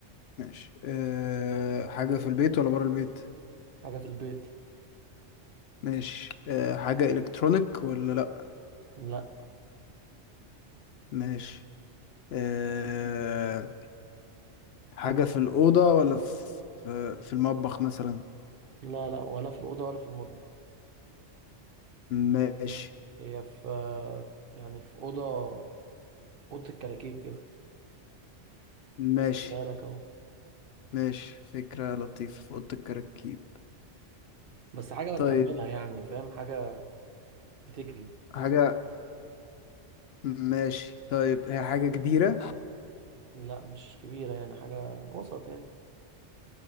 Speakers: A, on the left (about 65°); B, on the right (about 55°).
A: ماشي أه حاجة في البيت ولا برا البيت
B: حاجه في البيت
A: ماشي أه حاجة إلكترونيك ولا لأ
B: لا
A: ماشي أه حاجة في الأوضة ولا في في المطبخ مثلا
B: لا لا ولا في الأوضة ولا في المطبخ
A: ماشي
B: هي في يعني في أوضة أوضة الكراكيب كده بس
A: ماشي
B: خلي بالك أهو
A: ماشي فكرة لطيفة في أوضة الكراكيب
B: بس حاجة بستعملها
A: طيب
B: يعني فاهم حاجة بتجري
A: حاجة ماشي طيب هي حاجة كبيرة
B: لا مش كبيرة يعني حاجة وسط يعني